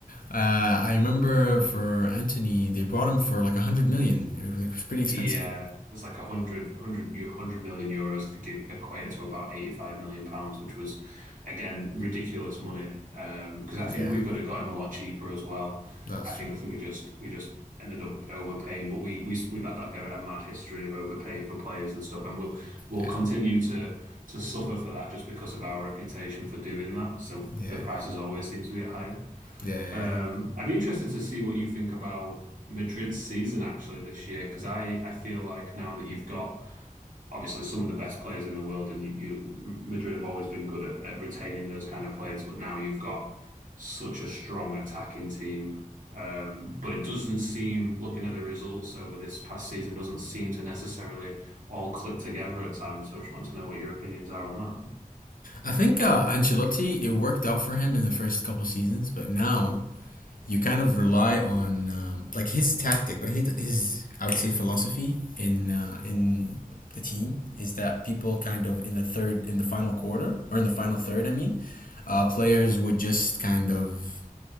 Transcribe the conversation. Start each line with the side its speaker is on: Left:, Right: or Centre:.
Left: Uh, I remember for Anthony, they brought him for like a hundred million. It was, like, pretty expensive.
Right: Yeah, there's like a hundred, hundred, eu- 100 million euros if you could equate it to about 85 million pounds, which was, again, ridiculous money. Um, because I think
Left: Yeah.
Right: we could have got him a lot cheaper as well.
Left: That's
Right: I think
Left: true.
Right: that we just we just ended up overpaying, but we we we've had like a, a mad history of overpaying for players and stuff, and we'll we'll
Left: Yeah.
Right: continue to to suffer for that just because of our reputation for doing that. So
Left: Yeah.
Right: the prices always seem to be higher.
Left: Yeah.
Right: Um, I'd be interested to see what you think about Madrid's season actually this year, because I, I feel like now that you've got obviously some of the best players in the world, and you, you Madrid have always been good at, at retaining those kind of players, but now you've got such a strong attacking team. Um, but it doesn't seem, looking at the results over this past season, doesn't seem to necessarily all click together at times. So I just want to know what your opinions are on that.
Left: I think uh, Ancelotti, it worked out for him in the first couple seasons, but now you kind of rely on um, like his tactic or his, his I would say philosophy in uh, in the team is that people kind of in the third in the final quarter or in the final third I mean uh, players would just kind of